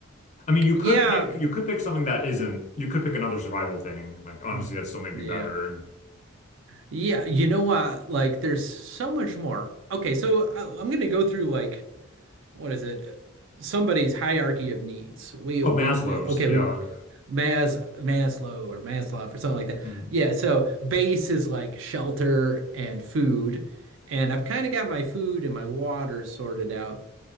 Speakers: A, on the left; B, on the right.
A: I mean, you could
B: yeah.
A: pick you could pick something that isn't. You could pick another survival thing. Like honestly,
B: Hmm.
A: that still may be
B: Yeah.
A: better.
B: Yeah, you know what? Like, there's so much more. Okay, so I, I'm gonna go through like what is it? Somebody's hierarchy of needs. We
A: Oh,
B: we
A: Maslow's,
B: we okay
A: yeah.
B: we Mas Maslow or Maslow or something like that.
A: Hmm.
B: Yeah, so base is like shelter and food, and I've kind of got my food and my water sorted out.